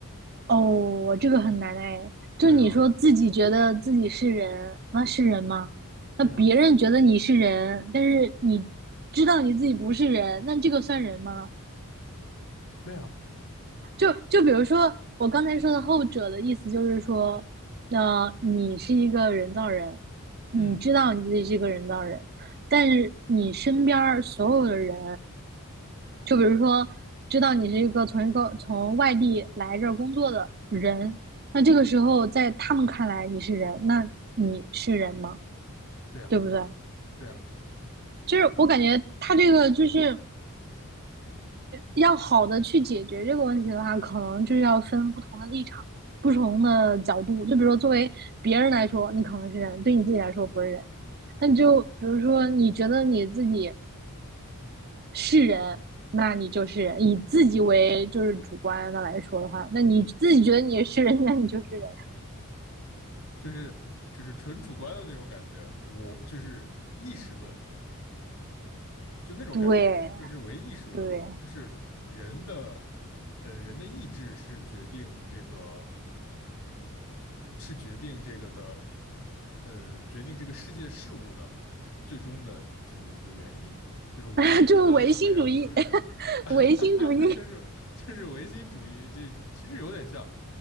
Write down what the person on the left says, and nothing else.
对啊，
对啊，
对啊，
嗯，
对啊，
对啊，
嗯。
就是只是纯主观的那种感觉，我就是意识论，就那种感觉，
就是唯意识论，
就是人的，呃，人的意志是决定这个，是决定这个的，呃，决定这个世界事物的最终的这么一个原因。就是我觉得怎么样，
就是怎么
样 <laughs> 就是就是唯心主义，这其实有点像。